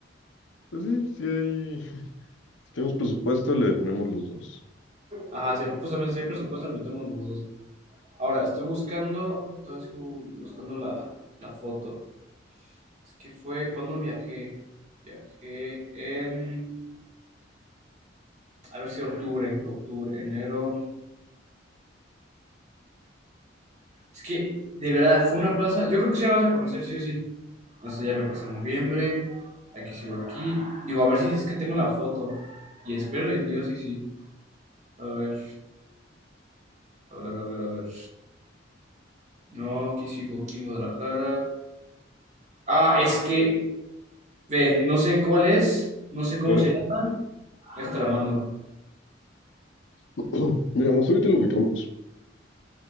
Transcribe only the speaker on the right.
Ajá, sí, justamente si hay presupuesto, metemos los dos. Ahora, estoy buscando, estoy buscando la, la foto. Es que fue, ¿cuándo viajé? Viajé en, a ver si octubre, octubre, enero. Es que, de verdad, fue una plaza. Yo creo que sí la vas a conocer, sí o sí. No sé, ya me pasó noviembre. Aquí sigo aquí. Digo, a ver si es que tengo la foto. Y espero en Dios y sí. A ver, a ver, a ver, a ver. No, aquí sigo aquí en Guadalajara. Ah, es que, ve, no sé cuál es, no sé cómo
se llama. Déjate la mando.